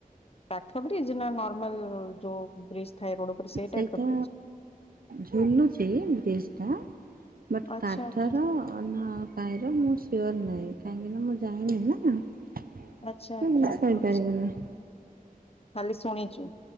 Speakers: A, on the left (about 40°); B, on the right (about 80°).
A: କାଠ ବ୍ରିଜ ନା ନର୍ମଲ ଯୋଉ ବ୍ରିଜ ଥାଏ ରୋଡ ଉପରେ ସେଇ
B: ସେଇଟା
A: ଟାଇପ ର ବ୍ରିଜ?
B: ଝୁଲୁଛି ବ୍ରିଜ ଟା। ବଟ୍
A: ଆଚ୍ଛା
B: କାଠର
A: ଆଚ୍ଛା
B: ଅନ୍ୟ କାହିଁର ମୁଁ ସିଓର ନାହିଁ କାହିଁକିନା ମୁଁ ଯାଇନି ନା। ତ
A: ଆଚ୍ଛା ଆଚ୍ଛା
B: ମୂ କହିପାରିବିନି।
A: ଆଛା ଖାଲି ଶୁଣିଛୁ?